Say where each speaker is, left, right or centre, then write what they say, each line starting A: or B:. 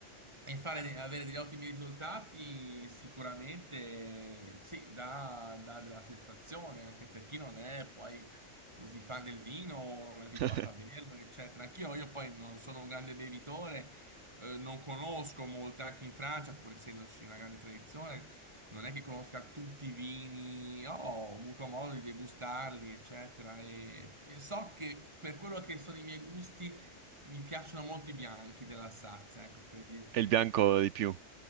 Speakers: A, on the right; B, on the right.
A: e fare, de- avere degli ottimi risultati, sicuramente sì, dà, dà della soddisfazione anche per chi non è poi così fan del vino, non è abituata
B: <laughs>
A: a berlo, eccetera. Anch'io, io poi non sono un grande bevitore, eh, non conosco molto, anche in Francia, pur essendoci una grande tradizione, non è che conosca tutti i vini, ho avuto modo di degustarli, eccetera. E, e so che per quello che sono i miei gusti, mi piacciono molto i bianchi dell'Alsazia, ecco, per dirti.
B: È il bianco di più.